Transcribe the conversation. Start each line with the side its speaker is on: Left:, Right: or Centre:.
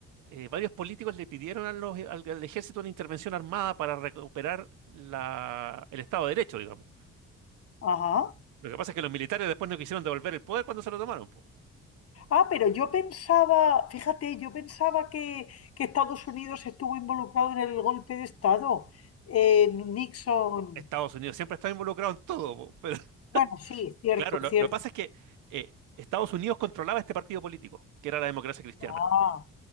Right: eh, varios políticos le pidieron a los- al, al ejército una intervención armada para recuperar la- el Estado de Derecho, digamos.
Left: Ajá.
Right: Lo que pasa es que los militares después no quisieron devolver el poder cuando se lo tomaron.
Left: Ah, pero yo pensaba, fíjate, yo pensaba que, que Estados Unidos estuvo involucrado en el golpe de Estado. En Nixon.
Right: Estados Unidos siempre estaba involucrado en todo, po, pero <laughs>
Left: Bueno, sí, cierto,
Right: claro, lo,
Left: cierto.
Right: lo que pasa es que eh, Estados Unidos controlaba este partido político, que era la democracia cristiana.
Left: Ah,